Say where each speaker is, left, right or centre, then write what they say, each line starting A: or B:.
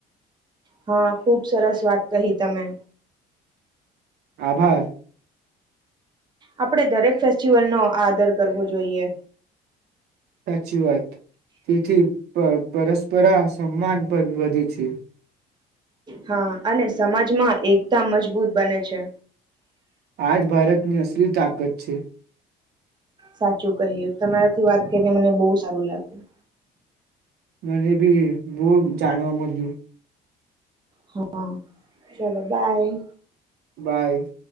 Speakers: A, on the right; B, on the right.
A: હા, ખુબ સરસ વાત કહી તમે.
B: આભાર.
A: આપણેે દરેક ફેસ્ટિવલ નો આદર કરવો જોઈએ.
B: સાચી વાત તેથી પ અહ પરસ્પરા સન્માન પણ વધે છે.
A: હા અને સમાજમાં એક તા મજબૂત બને છે.
B: આજ ભારતની અસલી તાકાત છે.
A: સાચું કહ્યું તમારાથી વાત કરીને મને બહુ સારું લાગ્યું.
B: મને બી બહુ જાણવા મલ લ્યુ.
A: હા, ચાલો બાય.
B: બાય.